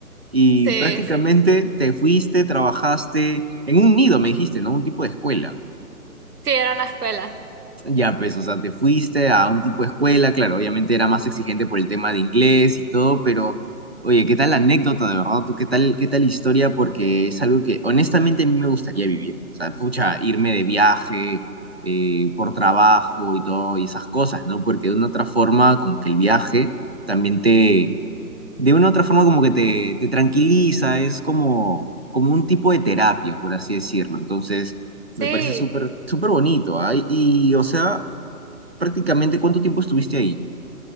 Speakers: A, on the right; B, on the right.
A: y
B: Sí,
A: prácticamente
B: sí,
A: te fuiste, trabajaste en un nido, me dijiste, ¿no? Un tipo de escuela.
B: sí, era una escuela.
A: Ya, pues, o sea, te fuiste a un tipo de escuela, claro, obviamente era más exigente por el tema de inglés y todo, pero oye, ¿qué tal la anécdota, de verdad? ¿Tú qué tal, qué tal historia? Porque es algo que honestamente a mí me gustaría vivir. O sea, pucha, irme de viaje, eh, por trabajo y todo, y esas cosas, ¿no? Porque de una otra forma, como que el viaje también te de una u otra forma como que te, te tranquiliza, es como, como un tipo de terapia, por así decirlo. Entonces,
B: Sí,
A: me parece súper, súper bonito, ¿ah? Y, y, o sea, prácticamente ¿cuánto tiempo estuviste ahí?